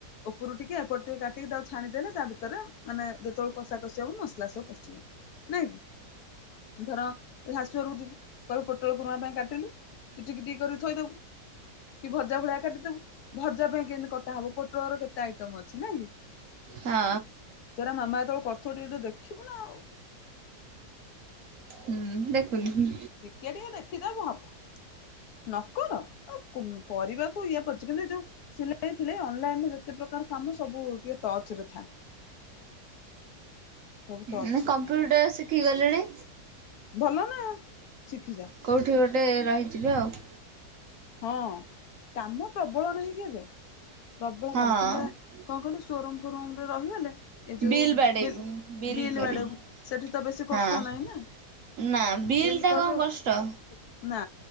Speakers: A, on the left; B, on the right.
A: ଉପରୁ ଟିକେ ଏପଟ ଟିକେ କାଟିକି ତାକୁ ଛାଣି ଦେଲେ ତା ଭିତରେ ମାନେ ଯେତେବେଳେ କଷା କଷିବ ମସଲା ସବୁ ପଶିବ। ଯିବା। ନାଇଁ କି ଧର ତୁ ଶାଶୁ ଘରକୁ ଯିବୁ କହି ପୋଟଳ କୁରୁମା ପାଇଁ କାଟିଲୁ? ତୁ ଟିକ ଟିକ କରିକି ଥୋଇଦବୁ କି ଭଜା ଭଳିଆ କାଟିଦବୁ। ଭଜା ପାଇଁ କେମିତି କଟା ହବ ପୋଟଳର କେତେ ଆଇଟମ ଅଛି ନା କି?
B: ହଁ।
A: ତୁ ହେରା ମାମା ଯେତେବେଳେ କରୁଥିବ ଟିକେ ତ ଦେଖିବୁ ନା ଆଉ,?
B: ହୁଁ ଦେଖୁନି।
A: ଟିକେ ଟିକେ ଦେଖିଦବୁ ହବ ନ ନକର କଣ ଆଉ କରିବାକୁ ଇଏ ପଡିଚ କିନ୍ତୁ ଯୋଉ ଥିଲେ ଅନଲାଇନ ଯେତେ ପ୍ରକାର କାମ ସବୁ ଟିକେ ଟଚରେ ଥାଏ। ସବୁ ଟଚ
B: ମୁଁ କମ୍ପ୍ୟୁଟର
A: ରେ ଥା
B: ଶିଖିଗଳିଣି।
A: ଭଲ ନା ଶିଖିଜା।
B: କେଉଠି ଗୋଟେ ରହିଯିବେ ଆଉ।
A: ହଁ କାମ ପ୍ରବଳ ନାହିଁ କି ଏବେ ପ୍ରବଳ
B: ହଁ
A: କାମ କିମ୍ବା କଣ କହିଲୁ ସୋରୁମ ଫୋରୁମ ରେ ରହିଗଲେ ଏ ଯୋଉ
B: ବିଲ୍ ବାଡ଼େଇବୁ
A: ବିଲ
B: ବିଲ୍
A: ବିଲ
B: କରିବୁ
A: ବାଡେଇବୁ ସେଠି ତ ବେଶୀ କଷ୍ଟ
B: ହଁ
A: ନାହିଁ ନା।
B: ନା ବିଲଟା
A: ବିଲ୍ କଲୁ
B: କଣ କଷ୍ଟ?
A: ନା